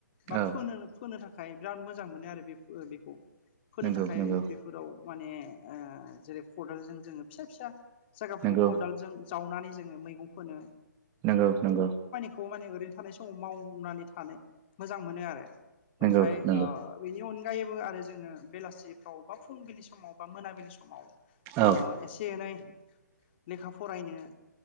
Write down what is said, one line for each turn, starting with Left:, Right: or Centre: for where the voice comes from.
Left: बा
Right: औ
Left: फोनो फोनो थाखा खाय बिराद मोजां मोनो आरो बे बेखौ फोनो
Right: नंगौ
Left: थाखाय
Right: नंगौ
Left: बेफोराव। माने ओ जेरै खदालजों जोङो फिसा फिसा जायगाफोरखौ
Right: नंगौ
Left: खदालजों। जावनानै जोङो मैगं फोनो
Right: नंगौ नंगौ।
Left: थ माने ओरैनो थानाय समाव मावनानै थानो मोजां मोनो आरो। ओमफ्राय
Right: नंगौ नंगौ
Left: ओ बेनि अनगायैबो आरो जोङो बेलासिफ्राव बा फुंबिलि समाव बा मोनाबिलि। समाव
Right: औ
Left: ओ से एनै लेखा फ फरायनो